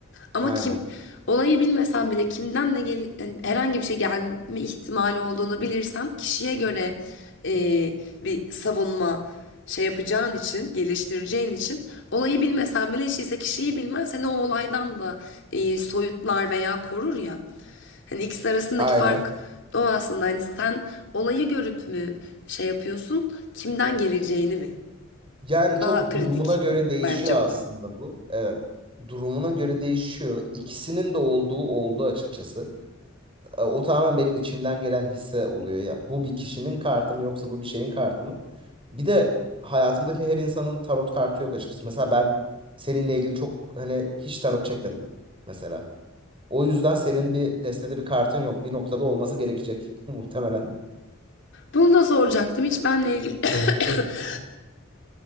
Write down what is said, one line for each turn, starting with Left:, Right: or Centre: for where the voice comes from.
Left: Ama
Right: Aynen.
Left: kim olayı bilmesen bile kimden de gel yani herhangi bir şey gelme ihtimali olduğunu bilirsen kişiye göre eee, bir savunma şey yapacağın için, geliştireceğin için olayı bilmesen bile hiç değilse kişiyi bilmen seni o olaydan da eee, soyutlar veya korur ya. Hani ikisi arasındaki
Right: Aynen.
Left: fark o aslında. Hani sen olayı görüp mü şey yapıyorsun, kimden geleceğini mi?
Right: Yani
Left: Daha
Right: çok
Left: kritik
Right: durumuna göre değişiyor
Left: bence
Right: aslında
Left: bu durum.
Right: bu. Evet. Durumuna göre değişiyor. İkisinin de olduğu oldu açıkçası. E, O tamamen benim içimden gelen hisse oluyor ya. Bu bir kişinin kartı mı yoksa bu bir şeyin kartı mı? Bir de hayatımdaki her insanın tarot kartı yok açıkçası. Mesela ben seninle ilgili çok hani hiç tarot çekmedim mesela. O yüzden senin bir destede bir kartın yok. Bir noktada olması gerekecek <laughs> muhtemelen.
Left: Bunu da soracaktım. Hiç benle ilgili <coughs>